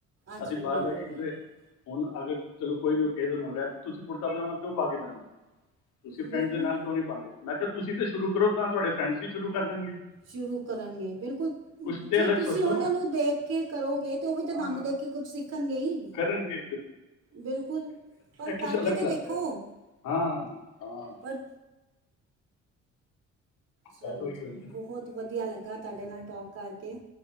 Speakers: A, on the right; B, on the left.
A: ਅੱਜ
B: ਅਸੀਂ
A: ਵੀ
B: ਬਾਹਰ
A: ਬ੍ਰੈਂਡਡ
B: ਜਾ ਕੇ ਕਿਤੇ
A: ਹੀ ਹੈ
B: ਹੁਣ ਅਗਰ ਚਲੋ ਕੋਈ ਵੀ ਓਕੇਜਨ ਹੋ ਰਿਹਾ, ਤੁਸੀਂ ਕੁੜਤਾ ਪਜਾਮਾ ਕਿਉਂ ਪਾ ਕੇ ਜਾਂਦੇ ਹੋ ਤੁਸੀਂ ਫਰੈਂਡ
A: ਬਿਲਕੁਲ
B: ਦੇ ਨਾਲ ਕਿਉਂ ਨੀ ਪਾਂਦੇ, ਮੈਂ ਕਿਹਾ ਤੁਸੀਂ ਤੇ ਸ਼ੁਰੂ ਕਰੋ ਤਾਂ ਤੁਹਾਡੇ ਫਰੈਂਡਸ ਹੀ ਸ਼ੁਰੂ ਕਰ ਲੈਣਗੇ
A: ਸ਼ੁਰੂ ਕਰਨਗੇ, ਬਿਲਕੁਲ
B: ਕੁਝ ਤੇ
A: ਜੇ
B: ਅਲੱਗ
A: ਤੁਸੀਂ
B: ਸੋਚੋ
A: ਉਹਨਾ ਨੂੰ ਦੇਖ ਕੇ ਕਰੋਗੇ ਤੇ ਉਹ ਵੀ ਤਾਂ ਤੁਹਾਨੂੰ
B: ਹਾਂ
A: ਦੇਖ ਕੇ ਕੁਛ ਸਿੱਖਣਗੇ ਹੀ
B: ਕਰਨਗੇ
A: ਬਿਲਕੁਲ ਪਰ
B: ਕੁਛ
A: ਕਰਕੇ
B: ਅਲੱਗ
A: ਤੇ
B: ਲੱਗ
A: ਦੇਖੋ
B: ਰਿਹਾ ਹਾਂ-ਹਾਂ
A: ਪਰ ਚਲੋ
B: ਗੱਲ ਹੋਈ
A: ਜੀ
B: ਹੋਈ ਨਾ
A: ਬਹੁਤ ਵਧੀਆ ਲੱਗਾ ਤੁਹਾਡੇ ਨਾਲ ਟੋਕ ਕਰਕੇ